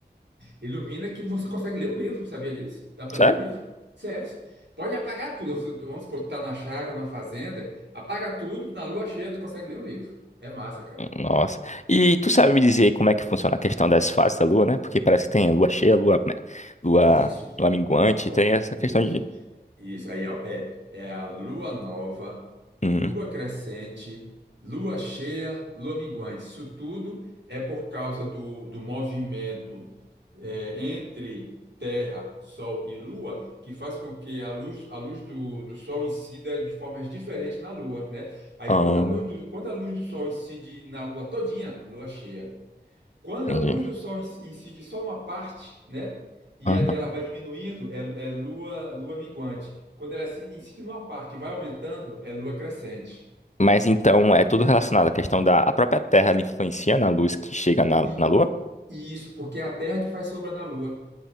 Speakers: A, on the right; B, on the left.
A: Ilumina que você consegue ler um livro, sabia disso? Dá para
B: Sério?
A: ler um livro. Sério. Pode apagar tudo. Se tu- Vamos supor, tu tá na chácara, na fazenda, apaga tudo, na lua cheia tu consegue ler um livro. É massa, cara.
B: Nossa. E tu sabe me dizer como é que funciona a questão das fases da lua, né? Porque parece que tem a lua cheia, lua, né, lua,
A: Isso,
B: lua minguante,
A: Lua-
B: tem essa
A: Isso,
B: questão de...
A: isso aí, ó. É, é a lua nova,
B: Hum.
A: lua crescente, lua cheia, lua minguante. Isso tudo é por causa do, do movimento é, entre Terra, Sol e Lua, que faz com que a luz, a luz do, do Sol incida de formas diferentes na Lua, né? Aí
B: Ah,
A: quando a luz do, quando a luz do Sol incide na Lua todinha, lua cheia. Quando
B: entendi.
A: a luz do sol inci- incide só numa parte, né? E
B: Ah.
A: a- e ela vai diminuindo, é, é lua, lua minguante. Quando ela se incide numa parte e vai aumentando, é lua crescente.
B: Mas então é tudo relacionado à questão da a própria Terra ela influencia na luz que chega na,
A: E,
B: na Lua?
A: e isso porque é a Terra que faz sombra na Lua,